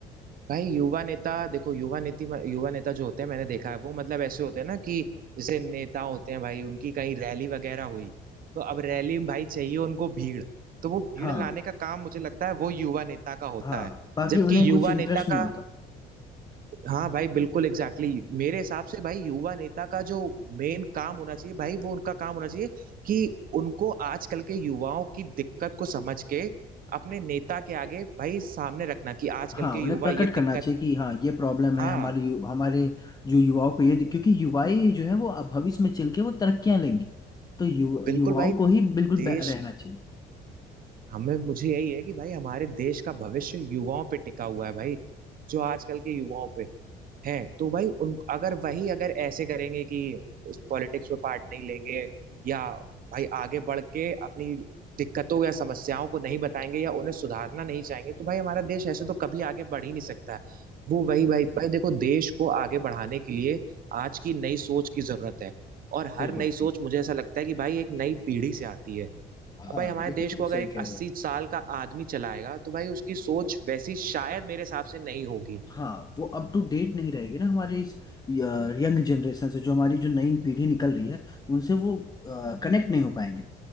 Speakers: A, on the right; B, on the left.
A: भाई युवा नेता देखो युवा नीति में- युवा नेता जो होते हैं मैंने देखा है वो मतलब ऐसे होते हैं ना कि जैसे नेता होते हैं भाई उनकी कहीं रैली वगैरह हुई तो अब रैली में भाई चाहिए उनको भीड़ तो वो भीड़
B: हाँ
A: लाने का काम मुझे लगता है वो युवा नेता का होता
B: हाँ
A: है
B: बाकी
A: जबकि
B: उन्हें कुछ
A: युवा
B: इंटरेस्ट
A: नेता
B: नहीं
A: का
B: होता
A: हाँ भाई बिल्कुल एग्जैक्टली exactly. मेरे हिसाब से भाई युवा नेता का जो मेन काम होना चाहिए भाई वो उनका काम होना चाहिए कि उनको आजकल के युवाओं की दिक्कत को समझ के अपने नेता के आगे भाई सामने रखना कि आजकल
B: हाँ
A: के
B: उन्हें
A: युवा
B: प्रकट
A: ये
B: करना
A: दिक्कत
B: चाहिए कि हाँ ये प्रॉब्लम है
A: हाँ
B: हमारे यु, हमारे जो युवाओं को ये क्योंकि युवाएं जो है वो अब भविष्य में चल के वो तरक्कियां लेंगी तो यु,
A: बिल्कुल
B: युवाओं
A: भाई
B: को ही बिल्कुल
A: देश
B: बे- रहना चाहिए
A: हमें मुझे यही है कि भाई हमारे देश का भविष्य युवाओं पे टिका हुआ है भाई जो आजकल के युवाओं पे हैं तो भाई उन अगर वही अगर ऐसे करेंगे कि इस पॉलिटिक्स में पार्ट नहीं लेंगे या भाई आगे बढ़ के अपनी दिक्कतों या समस्याओं को नहीं बताएंगे या उन्हें सुधारना नहीं चाहेंगे तो भाई हमारा देश ऐसे तो कभी आगे बढ़ ही नहीं सकता है वो वही भाई भाई देखो देश को आगे बढ़ाने के लिए आज की नई सोच की जरूरत है और हर
B: बिल्कुल
A: नई सोच मुझे ऐसा लगता है कि भाई एक नई पीढ़ी से आती है
B: हाँ
A: अब भाई हमारे
B: ये तो
A: देश
B: तुम
A: को अगर
B: सही
A: एक
B: कह
A: अस्सी
B: रहे हो
A: साल का आदमी चलाएगा तो भाई उसकी सोच वैसी शायद मेरे हिसाब से नहीं होगी
B: हाँ वो अप टू डेट नहीं रहेगी ना हमारे इस यंग जनरेशन से जो हमारी जो नई पीढ़ी निकल रही है उनसे वो कनेक्ट नहीं हो पाएंगे